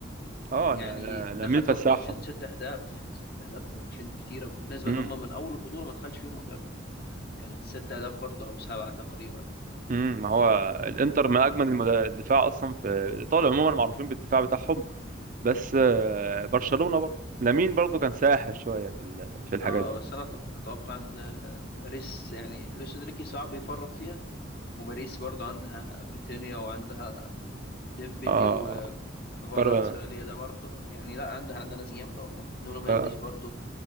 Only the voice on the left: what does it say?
يعني
دخل
فيهم في ماتشين ست اهداف ست اهداف في ماتشين كتيره بالنسبه
ان هم من اول البطوله ما دخلش فيهم غير كان ست اهداف برضه او سبعه تقريبا
اه
بس انا أت- اتوقع ان باريس يعني لويس انريكي صعب يفرط فيها وباريس برضو عندها فيتينيا وعندها ديمبلي
وكفاراتسخيليا
ده برضو يعني لا عندها عندها ناس جامده والله نونو مندش
برضو